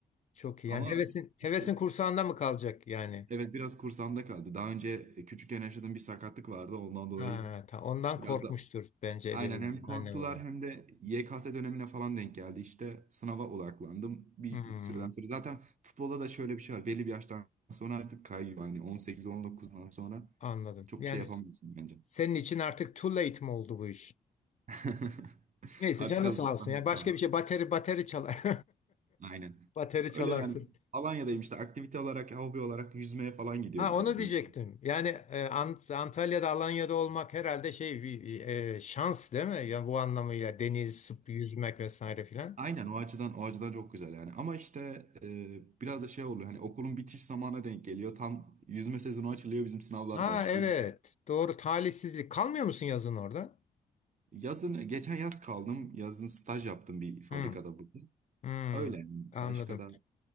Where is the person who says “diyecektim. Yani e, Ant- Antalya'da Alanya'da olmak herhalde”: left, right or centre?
Left